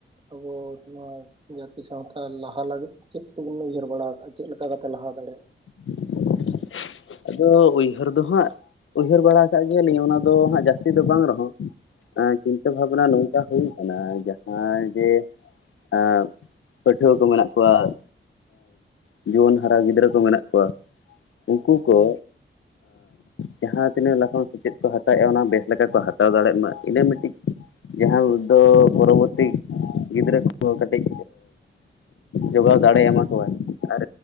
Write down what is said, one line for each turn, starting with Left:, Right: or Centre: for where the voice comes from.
Right: ᱟᱵᱚ ᱱᱚᱣᱟ ᱡᱟᱛᱤ ᱥᱟᱶᱛᱟ ᱞᱟᱦᱟ ᱞᱟᱹᱜᱤᱫ ᱪᱮᱫ ᱠᱚᱵᱚᱱ ᱩᱭᱦᱟᱹᱨ ᱵᱟᱲᱟ ᱟᱠᱟᱜᱼᱟ ᱪᱮᱫ ᱞᱮᱠᱟ ᱠᱟᱛᱮ ᱞᱟᱦᱟ ᱫᱟᱲᱮᱭᱟᱜᱼᱟ?
Left: <unintelligible> ᱟᱫᱚ ᱩᱭᱦᱟᱹᱨ ᱫᱚ ᱦᱟᱸᱜ ᱩᱭᱦᱟᱹᱨ ᱵᱟᱲᱟ ᱠᱟᱜ ᱜᱮᱭᱟᱞᱤᱧ ᱚᱱᱟ ᱫᱚ ᱦᱟᱸᱜ ᱡᱟᱹᱥᱛᱤ ᱫᱚ ᱵᱟᱝ ᱨᱮᱦᱚᱸ᱾ ᱪᱤᱱᱛᱟᱹ
Right: ᱦᱮᱸ
Left: ᱵᱷᱟᱵᱱᱟ ᱱᱚᱝᱠᱟ ᱦᱩᱭ ᱠᱟᱱᱟ ᱡᱟᱦᱟᱸ ᱡᱮ ᱮᱸᱜ ᱯᱟᱹᱴᱷᱩᱣᱟᱹ ᱠᱚ ᱢᱮᱱᱟᱜ ᱠᱚᱣᱟ, ᱡᱩᱣᱟᱹᱱ ᱦᱟᱨᱟ ᱜᱤᱫᱽᱨᱟᱹ ᱠᱚ ᱢᱮᱱᱟᱜ ᱠᱚᱣᱟ, ᱩᱱᱠᱩ ᱠᱚ ᱡᱟᱦᱟᱸ ᱛᱤᱱᱟᱹᱜ ᱞᱟᱯᱷᱟᱝ ᱥᱮᱪᱮᱫ ᱠᱚ ᱦᱟᱛᱟᱣᱮᱜᱼᱟ ᱚᱱᱟ ᱵᱮᱥ ᱞᱮᱠᱟ ᱠᱚ ᱦᱟᱛᱟᱣ ᱫᱟᱲᱮᱭᱟᱜ᱾ ᱢᱟ ᱤᱱᱟᱹ ᱢᱤᱫᱴᱤᱡ ᱡᱟᱦᱟᱸ ᱫᱚ ᱯᱚᱨᱚᱵᱚᱨᱛᱤ ᱜᱤᱫᱽᱨᱟᱹ ᱠᱚ ᱠᱟᱹᱴᱤᱡ ᱡᱚᱜᱟᱣ ᱫᱟᱲᱮ ᱮᱢᱟᱠᱚᱣᱟᱭ ᱟᱨ